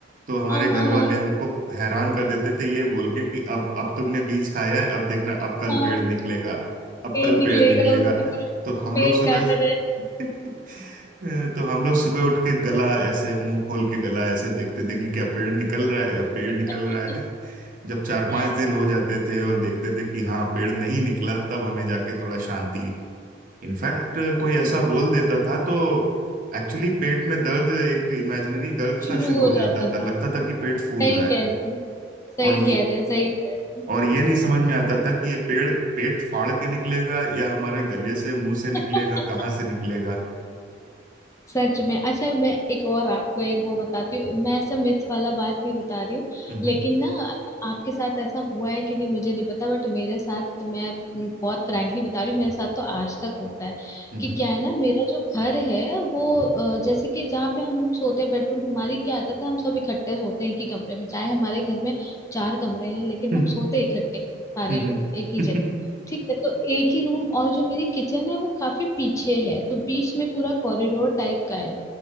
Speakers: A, on the right; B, on the left.
A: तो हमारे
B: हाँ
A: घर
B: हाँ
A: वाले
B: हाँ
A: हमको हैरान कर देते थे ये बोल के कि अब अब तुमने बीज खाया है अब देखना अब कल
B: हाँ
A: पेड़ निकलेगा अब
B: पेड़
A: कल
B: निकलेगा
A: पेड़ निकलेगा
B: उसके बाद
A: तो हम
B: पेट
A: लोग सुबह
B: काटा
A: <laughs> ए, तो हम लोग सुबह उठ के गला ऐसे मुंह खोल के गला ऐसे देखते थे कि क्या पेड़ निकल रहा है पेड़
B: जाएगा
A: निकल रहा है जब चार
B: <laughs>
A: पांच दिन हो जाते थे और देखते थे कि हाँ पेड़ नहीं निकला तब हमें जाके थोड़ा शांति इनफैक्ट कोई ऐसा बोल देता था तो एक्चुअली पेट में दर्द एक इमेजिनरी दर्द
B: शुरू
A: सा शुरू
B: हो
A: हो
B: जाता
A: जाता
B: था
A: था लगता था कि पेट
B: सही
A: फूल रहा है
B: कह रहे हैं सही
A: और ये
B: कह रहे हैं सही कह रहे हैं
A: और ये नहीं समझ में आता था कि ये पेड़ पेट फाड़ के निकलेगा या हमारे गले से मुंह से निकलेगा
B: <laughs>
A: कहाँ से निकलेगा
B: सच में अच्छा मैं एक और आपको एक वो बताती हूँ मैं ऐसा मिथ वाला बात नहीं बता रही हूँ
A: हम्म
B: लेकिन ना आपके साथ ऐसा हुआ है कि नहीं मुझे नहीं पता बट मेरे साथ मैं बहुत फ्रैंकली बता रही हूँ मेरे साथ तो आज तक होता है
A: हम्म
B: कि क्या है ना मेरा जो घर है वो अ, जैसे कि जहाँ पे हम लोग सोते हैं बेडरूम हमारी क्या आदत है हम सब इकट्ठे सोते हैं एक ही कमरे में चाहे हमारे घर में चार कमरे हैं लेकिन
A: हम्म
B: हम
A: हम्म
B: सोते इकट्ठे सारे
A: हम्म,
B: लोग
A: हम्म।
B: एक ही
A: हम्म,
B: जगह
A: हम्म।
B: ठीक है तो एक ही रूम और जो मेरी किचन है वो काफी पीछे है तो बीच में पूरा कॉरिडोर टाइप का है